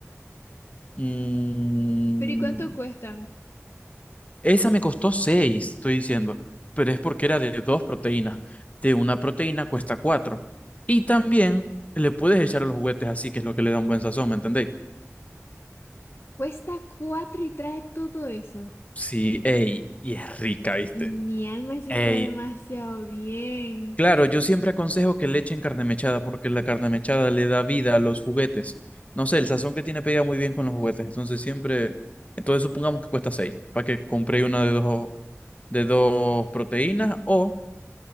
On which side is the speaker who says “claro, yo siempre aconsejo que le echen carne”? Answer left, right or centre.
Left